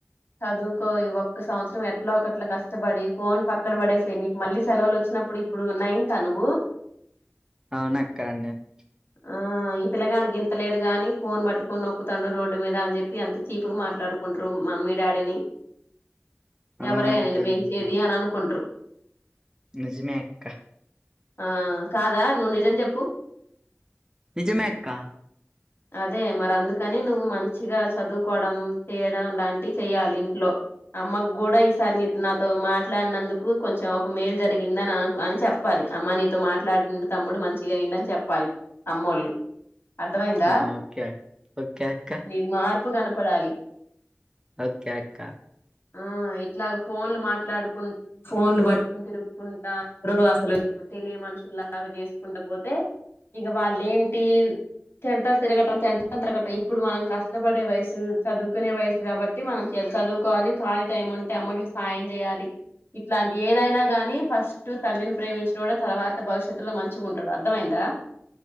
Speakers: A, on the left (about 55°); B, on the right (about 15°).
A: చదువుకో ఈ ఒక్క సంవత్సరం ఎట్లో ఒకట్లా కష్టపడి ఫోన్ పక్కన పడేసేయి నీకు మళ్ళీ సెలవులు వచ్చినప్పుడు ఇప్పుడు నైన్త్ ఆ నువ్వు
B: అవునక్క నైన్త్
A: ఆ ఈ పిల్లగాడు గింతలేడు గాని ఫోన్ పట్టుకు కొ నొక్కుతాడు రోడ్డు మీద అని చెప్పి అంత చీప్ గా మాట్లాడుకుంటారు మమ్మీ డాడీని
B: అవునక్క
A: ఎవరయ నిన్ను పెంచేది
B: నిజమే
A: అని అనుకుంటారు.
B: నిజమే అక్క
A: ఆ కాదా నువ్వు నిజం చెప్పు
B: నిజమే అక్క
A: అదే మ అందుకని నువ్వు మంచిగా చదువుకోవడం చేయడం లాంటివి చెయాలి ఇంట్లో అమ్మకు కూడా ఈసారి నీ నాతో మాట్లాడినందుకు కొంచెం ఒక మేల్ జరిగింద అని అ అని చెప్పాలి అమ్మ నీతో మాట్లాడి తమ్ముడు మంచిగయిండు అని చెప్పాలి అమ్మోళ్ళు అర్థమైందా
B: ఆ ఓకే అక్ ఓకే అక్క
A: నీ మార్పు కనపడాలి
B: ఓకే అక్క
A: ఆ ఇట్లాగ ఫోన్లు మాట్లాడుకుంటా ఫోన్లు తిరుకుంటా అసలు తెలియ మనుషుల్లాగా చేసుకుంట పోతే ఇక వాళ్లు ఏంటి సంటర్ తిరగటం ఇప్పుడు మనం కష్టపడే వయసు చదువుకునే వయసు కాబట్టి మనకి చదువుకోవాలి ఖాళీ టైం ఉంటే అమ్మకి సాయం చేయాలి ఇట్లాంటి ఏదైనా కాని ఫస్ట్ తల్లిని ప్రేమించినోడే తర్వాత భవిష్యత్తులో మంచిగా ఉంటాడు అర్థమైందా